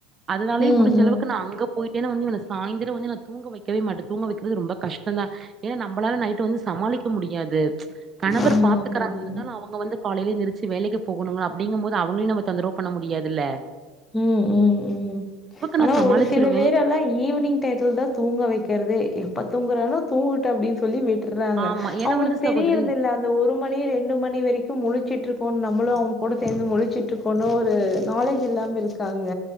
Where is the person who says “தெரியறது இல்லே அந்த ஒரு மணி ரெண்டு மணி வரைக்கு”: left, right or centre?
Left